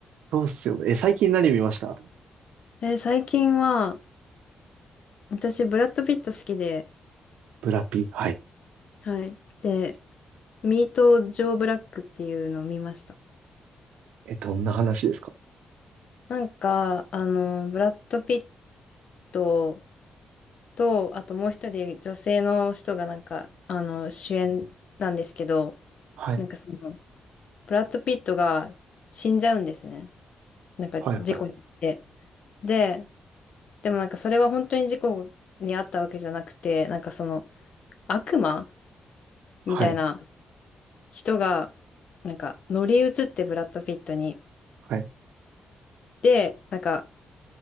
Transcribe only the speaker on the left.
えー最近は、私、ブラッド・ピット好きで、
はい。で、ミート・ジョー・ブラックっていうのを見ました。
なんか、あの、ブラッド・ピットと、あともう一人女性の人がなんか、あの、主演なんですけど、
なんかその、ブラッド・ピットが死んじゃうんですね。なんか事故に遭って。
で、でもなんかそれは本当に事故に遭ったわけじゃなくて、なんかその、悪魔みたいな
人が、なんか乗り移ってブラッド・ピットに。
で、なんか、